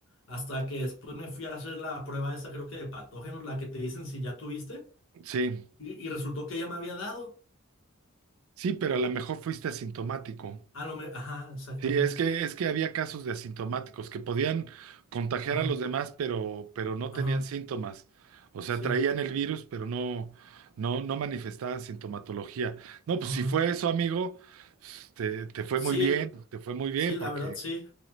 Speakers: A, on the left; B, on the right.
A: hasta que después me fui a hacer la prueba esa, creo que de patógenos, la que te dicen si ya tuviste
B: sí,
A: y, y resultó que ya me había dado.
B: sí, pero a lo mejor fuiste asintomático.
A: A lo me, ajá, exactamente.
B: Sí, es que, es que había casos de asintomáticos que podían contagiar
A: Ajá,
B: a los demás, pero, pero no
A: ajá,
B: tenían síntomas. O sea,
A: sí,
B: traían el virus, pero no, no, no manifestaban sintomatología. No, pues
A: ajá.
B: si fue eso, amigo, pues, te, te fue
A: Sí,
B: muy bien, te fue muy bien
A: sí, la
B: porque,
A: verdad sí.